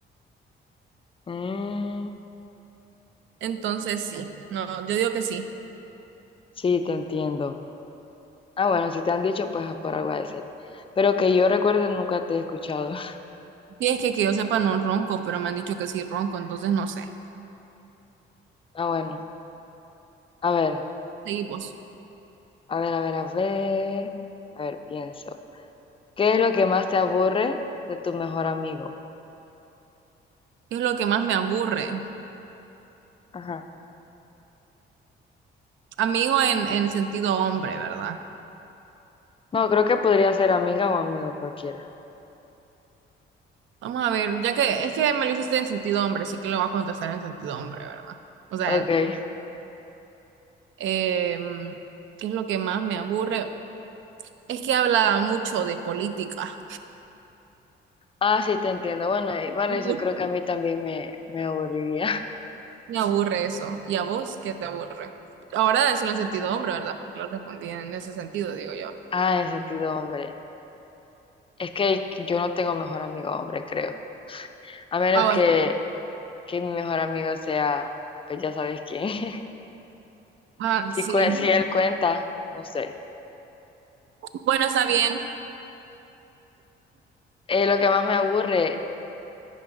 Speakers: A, on the left (about 25°); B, on the right (about 75°).
A: Mm,
B: Entonces sí, no, yo digo que sí.
A: sí, te entiendo. Ah, bueno, si te han dicho, pues ah, por algo ha de ser. Pero que yo recuerde nunca te he escuchado. <laughs>
B: Y es que que yo sepa no ronco, pero me han dicho que sí ronco, entonces no sé.
A: Ah, bueno, a ver,
B: Seguimos.
A: a ver, a ver, a ver, a ver, pienso. ¿Qué es lo que más te aburre de tu mejor amigo?
B: ¿Qué es lo que más me aburre?
A: Ajá.
B: Amigo en, en sentido hombre, ¿verdad?
A: No, creo que podría ser amiga o amigo cualquiera.
B: Vamos a ver, ya que es que me lo hiciste en sentido hombre, así que lo voy a contestar en sentido hombre, ¿verdad? O sea,
A: Ok.
B: em, ¿qué es lo que más me aburre? Es que habla mucho de política.
A: Ah, sí, te entiendo. Bueno, igual
B: <laughs>
A: eso creo que a mí también me, me aburriría. <laughs>
B: Me aburre eso. ¿Y a vos qué te aburre? Ahora decirlo en sentido hombre, ¿verdad? Porque lo respondí en ese sentido, digo yo.
A: Ah, en sentido hombre. Es que yo no tengo mejor amigo hombre, creo. A menos
B: Ah,
A: Ah,
B: bueno.
A: que, que mi mejor amigo sea, pues ya sabes quién. <laughs>
B: Ah,
A: Si,
B: sí.
A: cue- si sí. él cuenta, no sé.
B: Bueno, está bien.
A: Eh, lo que más me aburre,